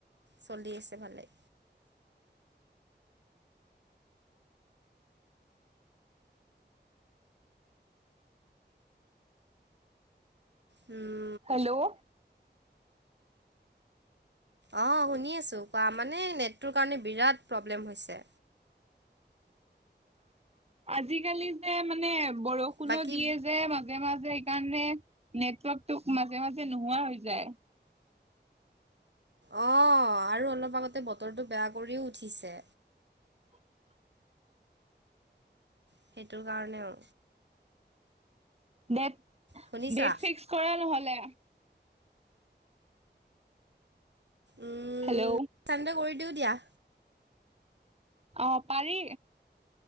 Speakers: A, on the right; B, on the right.
A: চলি আছে ভালেই উম
B: হেল্ল'
A: অ শুনি আছো কোৱা মানে নেটটোৰ কাৰণে বিৰাট প্ৰব্লেম হৈছে
B: আজিকালি যে মানে বৰষুণো
A: বাকী
B: দিয়ে যে মাজে মাজে কাৰণে নেটৱৰ্কটো মাজে মাজে নোহোৱা হৈ যায়।
A: অ', আৰু অলপ আগতে বতৰটো বেয়া কৰিও উঠিছে।
B: <unintelligible>
A: সেইটোৰ কাৰণেও।
B: ডেট,
A: শুনিছা
B: ডেট ফিক্স কৰা নহ'লে।
A: উম,
B: হেল্ল'
A: কালিলৈ কৰি দিও দিয়া।
B: অ পাৰি